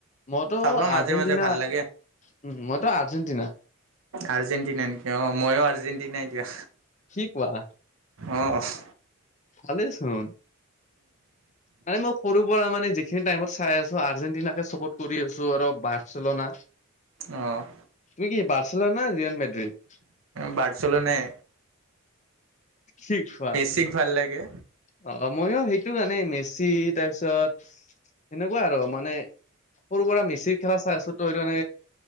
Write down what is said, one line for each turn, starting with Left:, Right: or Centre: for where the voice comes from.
Left: মইতো
Right: চাবা মাজে
Left: আৰ্জেণ্টিনা,
Right: মাজে ভাল লাগে।
Left: উ মইতো আৰ্জেণ্টিনা।
Right: আৰ্জেণ্টিনা নেকি অ মইও আৰ্জেণ্টিনা এতিয়া।
Left: কি কোৱা
Right: অহ
Left: ভালেই ছোন। মানে মই সৰুৰ পৰা মানে যিখিনি টাইমত চাই আছো আৰ্জেণ্টিনাকে চপৰ্ট কৰি আছো আৰু বাৰ্চেলোনা। <inaudible>
Right: অ',
Left: তুমি কি বাৰ্চেলনা ৰিয়ন মেড্ৰিড।
Right: বাৰ্চেলোনাই
Left: শিক হোৱা।
Right: ঠিক ভাল লাগে।
Left: অ' মইও সেইটো জানে মেচি তাৰপিছত সেনেকুৱা আৰু মানে সৰু পৰাৰা মেচিৰ খেলা চাই আছো ত সটো